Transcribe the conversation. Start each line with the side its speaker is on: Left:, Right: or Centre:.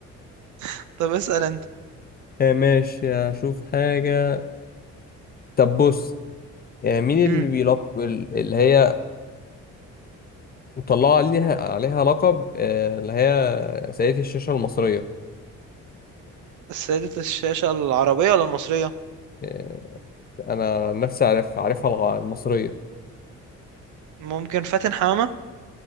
Right: <laughs> طب اسأل انت
Left: آه، ماشي اشوف حاجه طب بص يعني مين
Right: امم
Left: اللي بيلق... ال- اللي هي مطلعة عليها عليها لقب آه، اللي هي سيدة الشاشة المصرية
Right: السيدة الشاشة العربية ولا المصرية
Left: آه، أنا عن نفسي عارف عارفها الغ- المصرية
Right: ممكن فاتن حمامة